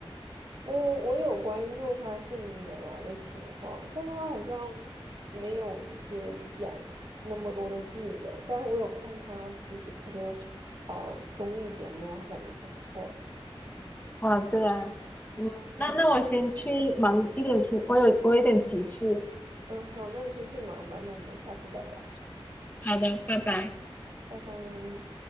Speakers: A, on the right (about 50°); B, on the left (about 20°).
A: 我我有关注他近年来的情况，但他好像没有就是演那么多的剧了。但是我有看他就是他的呃综艺节目，我还感觉还不错。
B: 哇，对啊，
A: 嗯
B: 嗯，那那我先去忙一点事，我有我有点急事。
A: 嗯，好，那你先去忙吧，那我们下次再聊，
B: 好的，拜拜。
A: 拜拜。